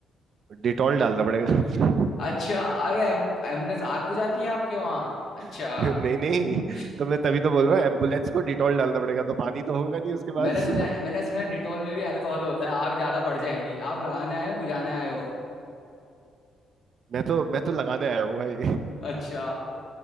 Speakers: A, on the right (about 55°); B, on the left (about 60°).
A: डिटॉल डालना पड़ेगा <laughs>
B: अच्छा अरे एम, एम्बुलेंस आग बुझाती है आपके वहाँ अच्छा
A: नहीं
B: <laughs>
A: नहीं
B: हम्म।
A: तो मैं तभी तो बोल रहा हूँ एम्बुलेंस को डिटॉल डालना पड़ेगा तो पानी तो होगा नहीं उसके पास
B: मैंने सुना
A: <laughs>
B: मैंने सुना डिटोल में भी अल्कोहल होता है आग ज्यादा बढ़ जाएगी आप लगाने आए हो बुझाने आए हो
A: मैं तो मैं तो लगाने आया हूँ भाई
B: अच्छा